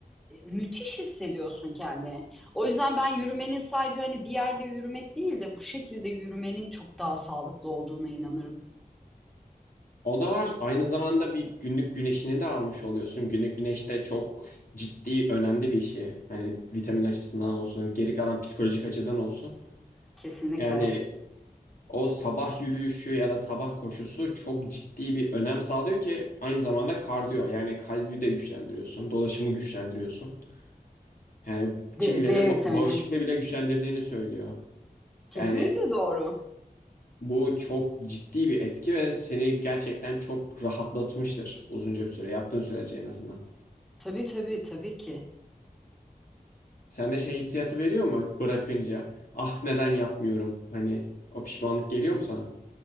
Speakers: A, in the centre; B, on the left.
A: e, müthiş hissediyorsun kendini. O yüzden ben yürümenin sadece hani bir yerde yürümek değil de bu şekilde yürümenin çok daha sağlıklı olduğuna inanırım.
B: O da var. Aynı zamanda bir günlük güneşini de almış oluyorsun. Günlük güneş de çok ciddi, önemli bir şey. Hani vitamin açısından olsun, geri kalan psikolojik açıdan olsun.
A: Kesinlikle.
B: Yani o sabah yürüyüşü ya da sabah koşusu çok ciddi bir önem sağlıyor ki aynı zamanda kardiyo. Yani kalbi de güçlendiriyorsun, dolaşımı güçlendiriyorsun. Yani
A: D,
B: kimileri
A: D
B: ba-
A: vitamini.
B: bağışıklığı bile güçlendirdiğini söylüyor.
A: Kesinlikle
B: Yani
A: doğru.
B: Bu çok ciddi bir etki ve seni gerçekten çok rahatlatmıştır uzunca bir süre, yaptığın sürece en azından.
A: Tabii tabii tabii ki.
B: Sen de şey hissiyatı veriyor mu bırakınca? Ah neden yapmıyorum? Hani o pişmanlık geliyor mu sana?